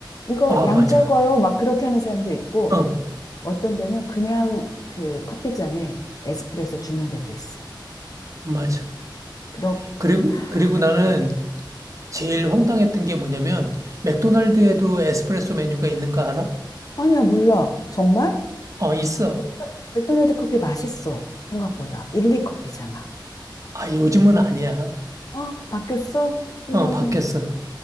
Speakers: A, on the left; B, on the right.
A: 이거
B: 아,
A: 양
B: 맞아.
A: 적어요. 막 그렇게 하는 사람도 있고
B: 어,
A: 어떤 데는 그냥 그 커피잔에 에스프레소 주는 데도 있어.
B: 맞아.
A: 그렇
B: 그리고
A: 아,
B: 그리고 나는
A: 예.
B: 제일 황당했던 게 뭐냐면 맥도날드에도 에스프레소 메뉴가 있는 거 알아?
A: 아니야, 몰라. 정말?
B: 어, 있어.
A: 맥도- 맥도날드 커피 맛있어. 생각보다. 일리 커피잖아.
B: 아, 요즘은 아니야.
A: 어, 바뀌었어? 음.
B: 어, 바뀌었어.